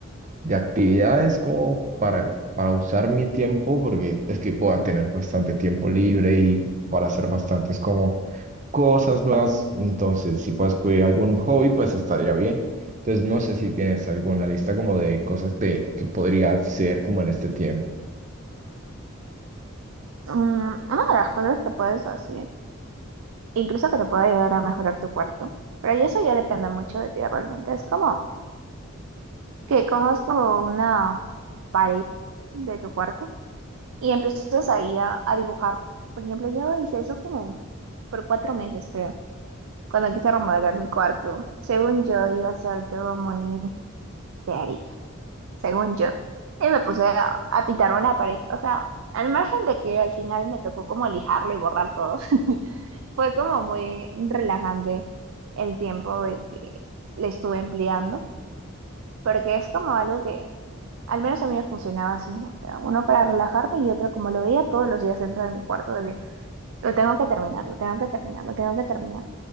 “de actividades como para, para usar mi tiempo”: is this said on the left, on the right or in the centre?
Right